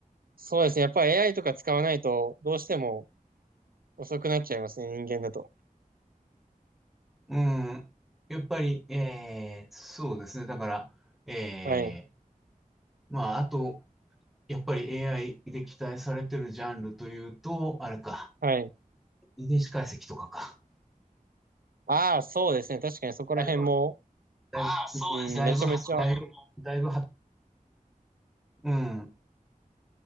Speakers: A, on the right; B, in the centre.
A: そうですね。やっぱり AI とか使わないとどうしても遅くなっちゃいますね、人間だと。
B: うん、やっぱり、えー、そうですね。だから、え
A: はい。
B: ー、まあ、あと、やっぱり AI で期待されてるジャンルというと、あれか、
A: はい。
B: 遺伝子解析とかか。
A: ああ、そうですね。確かにそこら辺も
B: だいぶ、だいぶ、ああ、そうですね。
A: うん、めちゃめちゃ、
B: だいぶ、確かにそのだいぶ、だいぶは、うん。